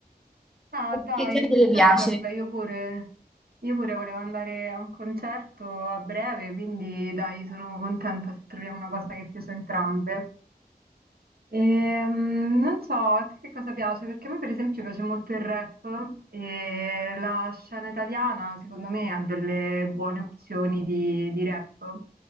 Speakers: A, on the right; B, in the centre.
A: Ah, dai,
B: Che genere le
A: calcola,
B: piace?
A: io pure, io pure volevo andare a un concerto a breve, quindi dai, sono contenta se troviamo una cosa che piace a entrambe. Ehm, non so, a te che cosa piace, perché a me per esempio piace molto il rap e la scena italiana secondo me ha delle buone opzioni di, di rap,